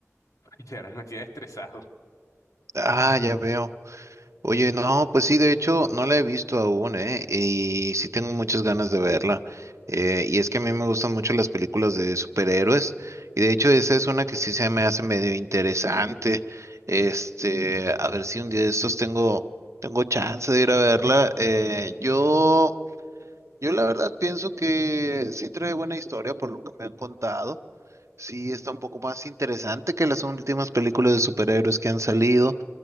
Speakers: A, on the left; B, on the right.
A: <laughs> literal me tiene estresado.
B: Ah, ya veo. Oye, no, pues sí, de hecho, no la he visto aún, ¿eh? Y sí tengo muchas ganas de verla. Eh, y es que a mí me gustan mucho las películas de superhéroes. Y de hecho, esa es una que sí se me hace medio interesante. Este, a ver si un día de estos tengo, tengo chance de ir a verla. Eh, yo. Yo la verdad pienso que sí trae buena historia por lo que me han contado. Sí está un poco más interesante que las últimas películas de superhéroes que han salido